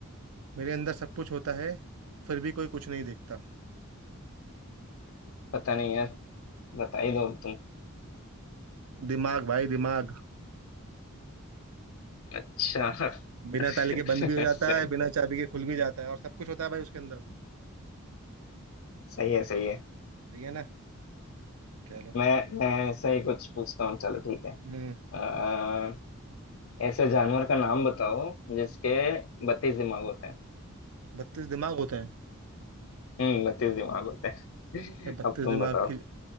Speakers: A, on the right; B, on the left.
A: मेरे अंदर सब कुछ होता है फिर भी कोई कुछ नहीं देखता
B: पता नहीं यार बता ही दो अब तुम
A: दिमाग भाई दिमाग
B: अच्छा <laughs>
A: बिना ताले के बंद भी हो जाता
B: सही
A: है बिना चाबी के खुल भी जाता है और सब कुछ होता है भाई उसके अंदर
B: सही है सही है
A: सही है ना चलो
B: मैं मैं ऐसा ही कुछ पूछता हूँ चलो ठीक है
A: हम्म
B: अ, ऐसे जानवर का नाम बताओ जिसके बत्तीस दिमाग होते हैं
A: बत्तीस दिमाग होते हैं
B: हम्म बत्तीस दिमाग होते हैं
A: बत्तीस
B: <laughs> अब तुम
A: दिमाग
B: बताओ
A: के